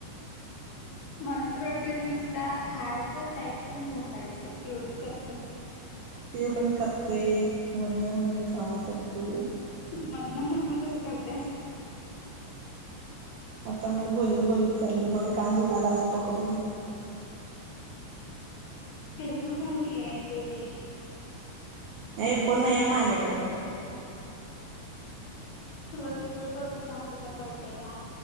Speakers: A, on the left (about 65°); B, on the right (about 75°).
A: मला तर वाटतंय नुसता खायचं, प्यायचं आणि झोपायचं एवढंच करतेस.
B: ते पण करतोय मदन, मदन काम करतोय.
A: मधन मधन कसं करतेस?
B: आता म्हणजे बोलत, बोलत चाल तू माझे कान दुखाला असं पकडून.
A: हेडफोन घाल कि ऐकू येतय.
B: हेडफोन नया माझ्याकडं.
A: तुला गिफ्ट करते थांब तुझ्या बर्थडे ला